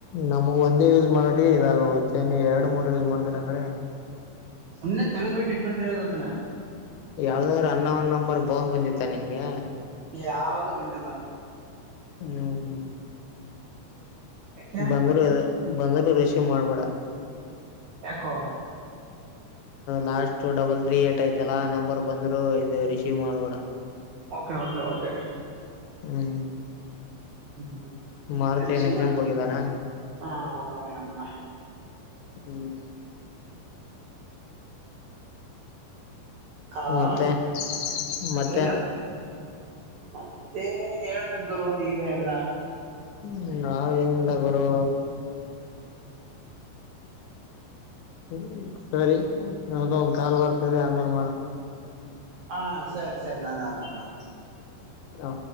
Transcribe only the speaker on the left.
ನಮ್ಗ್ ಒಂದೇ ಯೂಸ್ ಮಾಡಟಿ ಇದಾಗೋಗುತ್ತೆ ನೀವ ಎರಡು ಮೂರ್ ಯೂಸ್ ಮಾಡ್ತರಿ ಅಂದ್ರೆ
ಯಾವ್ದಾದ್ರು ಅನ್ನ ಒನ್ನಂಬರ್ ಬೋನ್ ಬಂದಿತ್ತ ನಿನ್ಗೆ
ಹ್ಮ್ ಹ್ಮ್
ಬಂದರುೂ ಬಂದರುೂ ರರಿಷೀ್ ಮಾಡ್ಬೇಡ
ಲಾಸ್ಟ್ ಡಬಲ್ ತ್ರೀ ಏಟ್ ಐತಲ್ಲಾ ನಂಬರ್ ಬಂದ್ರರು ಇದು ರಿಸೀವ್ ಮಾಡಬೋಡ
ಹ್ಮ್
ಮಾರುತಿ
ಏನ್ ಎಕ್ಸಾಮ್ಗೆ
ಹೋಗಿದ್ದಾನ
ಹ್ಮ್
ಮತ್ತೆ ಮತ್ತೆ
ಹ್ಮ್ ನಾವ ಏನಿಲ್ಲ ಬರೋ. ಹ್ಮ ಸರಿ ಅದ ಒಂದ ಕಾಲ್ ಬರ್ತದೆ ಅಮೇಲೆ ಮಾಡ.
ಹ.